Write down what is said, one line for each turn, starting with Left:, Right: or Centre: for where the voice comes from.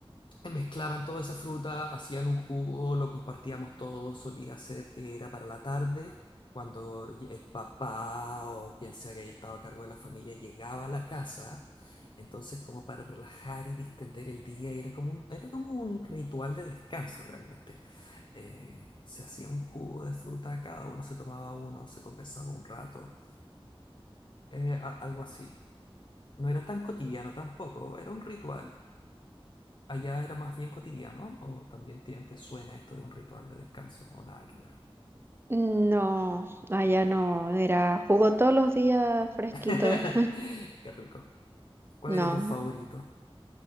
Left: Mezclaban toda esa fruta, hacían un jugo, lo compartíamos todos, solía ser que era para la tarde, cuando y- el papá o quien sea que haya estado a cargo de la familia llegaba a la casa, entonces como para relajar y distender el día, y era como un, era como un ritual de descanso realmente. Eh, se hacía un jugo de fruta, cada uno se tomaba uno, se conversaba un rato, eh, a- algo así. No era tan cotidiano tampoco, era un ritual allá era más bien cotidiano o también te, te suena esto de un ritual de descanso o nada que ver.
Right: No, allá no, era jugo todos los días fresquito.
Left: <laughs> Qué rico. ¿Cuál
Right: No,
Left: era tu favorito?